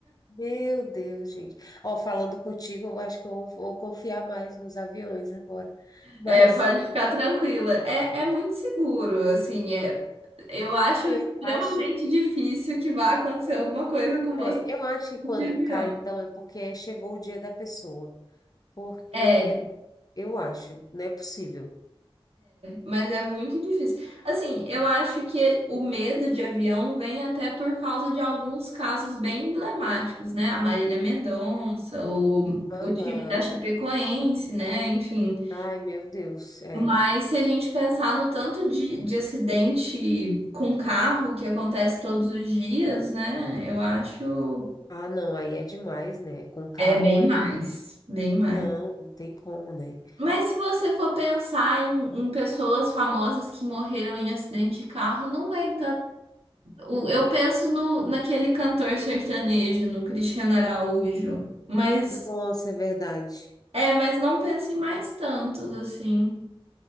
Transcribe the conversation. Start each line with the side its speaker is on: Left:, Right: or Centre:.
Left: Meu Deus, gente. Ó, falando contigo, eu acho que eu vou, vou confiar mais nos aviões agora. Mas
Right: É, pode ficar
Left: <laughs>
Right: tranquila. É, é muito seguro, assim. É, eu acho
Left: aí
Right: extremamente
Left: eu acho,
Right: difícil que vá acontecer alguma coisa com você
Left: é, eu acho que quando
Right: de avião.
Left: cai, então, é porque chegou o dia da pessoa. Porque
Right: É,
Left: eu acho, não é possível.
Right: mas é muito difícil. Assim, eu acho que o medo de avião vem até por causa de alguns casos bem emblemáticos, né? A Marília Mendonça, o,
Left: Aham.
Right: o time da Chapecoense, né? Enfim.
Left: Ai, meu Deus, é.
Right: Mas se a gente pensar no tanto de, de acidente com carro que acontece todos os dias, né? Eu acho
Left: Ah, não, aí é demais, né? Com carro
Right: é bem
Left: é.
Right: mais, bem mais.
Left: Não, não tem como, né?
Right: Mas se você for pensar em, em pessoas famosas que morreram em acidente de carro, não vem o- eu penso no, naquele cantor sertanejo, no Cristiano Araújo, mas
Left: Nossa, é verdade.
Right: é, mas não penso em mais tantos assim.